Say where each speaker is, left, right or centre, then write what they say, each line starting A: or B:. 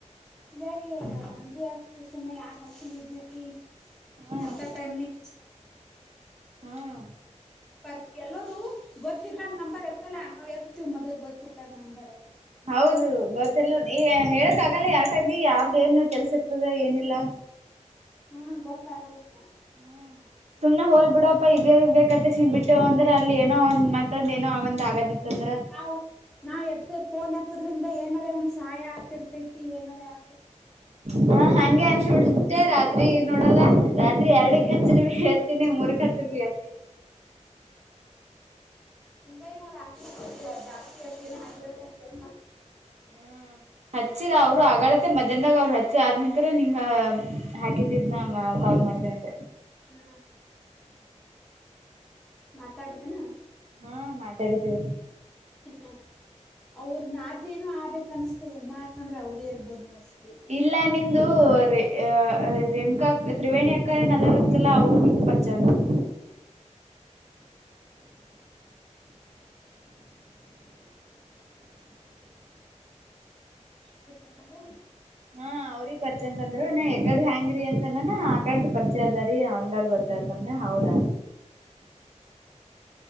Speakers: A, in the centre; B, on the right (about 60°).
A: ಹಾಗಿೆ ಹಂಗೆ ಸುಮ್ಮ ಯಾರ್ ಹಾಚಲಿ ಬಿಡ್ಲಿ
B: ಹ್ಮ್
A: ಎಂತ ಟೈಮ ನಿರ
B: ಹಾಂ
A: <unintelligible>
B: ಹೌದು ಗೊತ್ತಿಲ್ಲಲ್ಲ ಹೇಳಕ್ ಆಯಾಗಲ್ಲ ಯಾವ ಟೈಮಿಗೆ ಯಾರ್ದ ಏನು ಕೆಲ್ಸ ಇರ್ತದ ಏನಿಲ್ಲಾ
A: ಆ ಹಾ ಗೊತ್ತಾಗಲಕ್ಕ
B: ಹ್ಮ್ ಸುಮ್ನೆ ಹೋಲ್ ಬಿಡಪ್ಪಾ ಇದೇ ಬೇಕತ್ತ ಶ ಬಿಟ್ಟ್ ಇ ಅಂದ್ರೆ ಅಲ್ಲಿ ಏನೋ ಒಂದ್ ಮತ್ತೊಂದ ಏನೋ ಒಂದ್ ಆಗದಿತ್ತಂದ್ರ
A: ನಾ ನಾವ್ ಎತ್ತ ಫೋನ್ ಎತ್ತದ್ರಿಂದ ಏನಾರೆ ಒಂದ್ ಸಹಾಯ ಆತಿರ್ತೈತಿ ಏನಾರೇ ಆ
B: ಹಾ ಹಂಗೆ ಅನ್ಸಬಿಡ್ತೇ ರಾತ್ರಿ ನೋಡಲ್ಲ ರಾತ್ರಿ ಎರಡಕಚ್ಚರಿ ಬಿ ತಿನ ಮೂರಕಚ್ಚರ ಬಿ ಎತ್ತಿನಿ.
A: ಹಂಗಾಗಿ ನಾವ್ ರಾತ್ರಿ ಅ ಜಾಸ್ತಿ ಅಚ್ತೇನ ಹಗಲತ್ತ್ ಅಷ್ಟೇ
B: ಹ್ಮ್ ಹಚ್ಚಿರ ಅವರು ಅಗಳತೆ ಮದ ಅಂದಾಗ ಅವ್ರ ಹಚ್ಚ ಆದ ನಂತರ ನಿಂಗ ಹಾಕಿದ್ದಿದ ನ ಕಾಲ್ ಮಾಡ್ತೇನಂತೆ
A: ಹಾ ಮಾತಾಡ್ದೇನಾ
B: ಹಾ ಮಾತಾಡಿದ್ದೇವೆ
A: ಅ ಹ ಅವ್ರ ನಾದ್ನಿನು ಆಬೇಕ್ ಅನಿಸ್ತದ ಉಮ್ಮಾ ಅತ್ಂದ್ರೆ ಅವರೇ ಇರ್ಬೋದು ಮೋಸ್ಟ್ಲಿ.
B: ಇಲ್ಲ ನಿಮ್ದು ರೆ ಅ ಅ ರೇಣುಕಾಅಕ್ ತ್ರಿವೇಣಿ ಅಕ್ಕ ಏನ್ ಅದರ ಅತ್ತಲ್ಲ ಅವರು ಬರ್ತ ಚನ್ನ <inaudible>
A: ಚೆ <unintelligible>
B: ಹ ಅವರಿಗಿ ಪರಿಚಯ ಅಂತಂದ್ರು ಇನ್ನ ಎಕ್ ಇಕಡ್ದ ಹ್ಯಾಂಗ್ರೀ ಅಂತನಾನ ಆ ಕಡ್ದ ಪರಿಚಯ ಅದಾರಿ ಹಂಗಾಗಿ ಗೊತ್ತಾತಂದೆ ಹೌದ